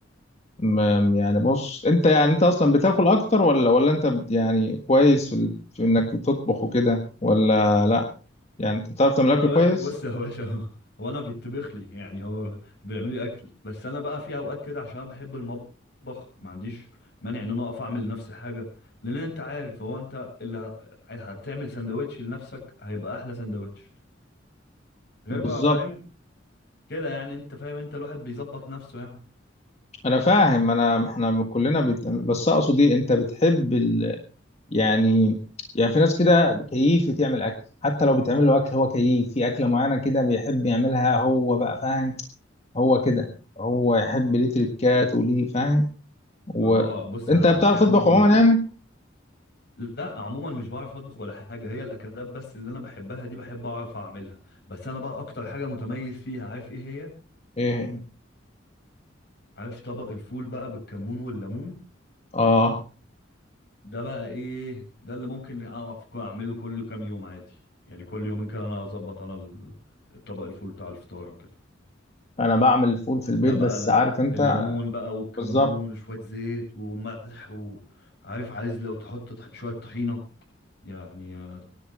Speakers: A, on the left; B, on the left.
A: ما- يعني بص انت يعني انت اصلا بتاكل اكتر ولا ولا انت بت- يعني كويس في, ال... في انك تطبخ وكده ولا لا يعني انت بتعرف تعمل
B: لا
A: اكل
B: ب-
A: كويس
B: <laughs> بص يا باشا هو هو انا بيطبخ لي يعني هو بيعمل لي اكل بس انا بقى في اوقات كده عشان انا بحب المطبخ ما عنديش مانع ان انا اقف اعمل لنفسي حاجة لان انت عارف هو انت اللي ه- هتعمل سندوتش لنفسك هيبقى احلى سندوتش غير
A: بالظبط
B: بقى فاهم كده يعني انت فاهم انت الواحد بيظبط نفسه يعني
A: انا فاهم انا احنا كلنا بت... بس اقصد ايه انت بتحب ال... يعني يعني في ناس كده كيف تعمل اكل حتى لو بتعمل له اكل هو كيف في اكله معينه كده بيحب يعملها هو بقى فاهم هو كده هو يحب ليه تريكات وليه فاهم وانت
B: اه بص انا
A: بتعرف
B: في عندي
A: تطبخ عموما يعني
B: لا عموما مش بعرف اطبخ ولا حاجه هي الاكلات بس اللي انا بحبها دي بحب اعرف اعملها بس انا بقى اكتر حاجه متميز فيها عارف ايه هي
A: ايه
B: عارف طبق الفول بقى بالكمون والليمون
A: اه
B: ده بقى ايه ده اللي ممكن اعرف كو- اعمله كل كام يوم عادي يعني كل يومين كده انا اظبط انا ال- طبق الفول بتاع الفطار وكده
A: انا بعمل الفول في
B: ده
A: البيت
B: بقى
A: بس
B: ال-
A: عارف انت
B: الليمون بقى والكمون
A: بالظبط
B: وشويه زيت وملح وعارف عايز لو تحط طح- شويه طحينه يعني آه،